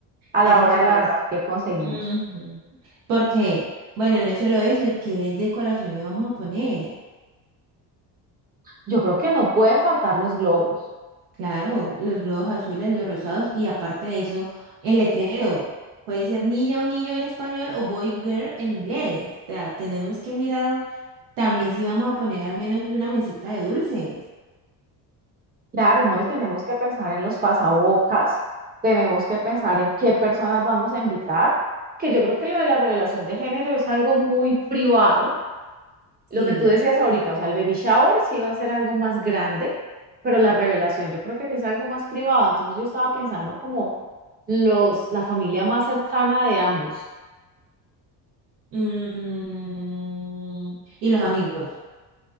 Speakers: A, on the right; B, on the right.
A: a
B: Es
A: la
B: presupuesto
A: hora de la verdad qué conseguimos.
B: Ujú. Porque, bueno, no es solo eso, ¿y qué decoración le vamos a poner?
A: Yo creo que no pueden faltar los globos.
B: Claro, los globos azules, los rosados y aparte de eso, el letrero. Puede ser niña o niño en español o boy girl en inglés. O sea, tenemos que mirar también si vamos a poner al menos una mesita de dulces.
A: Claro, ¿no?
B: Mm.
A: Y tenemos que pensar en los pasabocas, tenemos que pensar en qué personas vamos a invitar, que yo creo que lo de la revelación de género es algo muy privado. Lo
B: Sí.
A: que tú decías ahorita, o sea, el baby shower sí va a ser algo más grande, pero la revelación yo creo que sí es algo más privado. Entonces yo estaba pensando como los, la familia más cercana de ambos.
B: Mm, y los amigos.